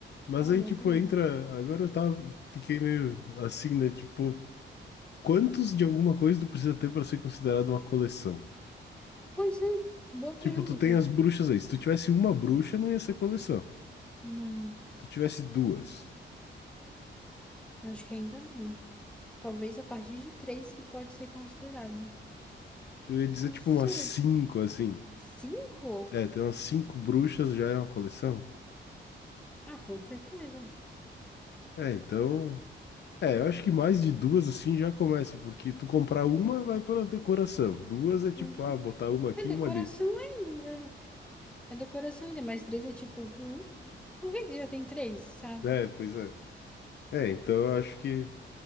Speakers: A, on the left; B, in the centre.
A: Mas
B: Ai,
A: aí,
B: eu
A: tipo,
B: adoro.
A: entra. Agora eu tava. Fiquei meio assim, né? Tipo, quantos de alguma coisa tu precisa ter pra ser considerado uma coleção?
B: Pois é, boa
A: Tipo,
B: pergunta.
A: tu tem as bruxas aí. Se tu tivesse uma bruxa, não ia ser coleção.
B: Não,
A: tu tivesse duas,
B: acho que ainda não. Talvez a partir de três que pode ser considerado.
A: eu ia dizer,
B: Não
A: tipo,
B: sei.
A: umas cinco, assim.
B: Cinco?
A: É, tem umas cinco bruxas, já é uma coleção?
B: Ah, com certeza.
A: É, então. É, eu acho que mais de duas, assim, já começa, porque tu comprar uma vai pra decoração. Duas é tipo,
B: Uhum.
A: ah, botar uma aqui
B: É decoração
A: e uma ali.
B: ainda. É decoração ainda, mas três é tipo. Hum? Por que que já tem três, sabe?
A: É, pois é. É, então eu acho que.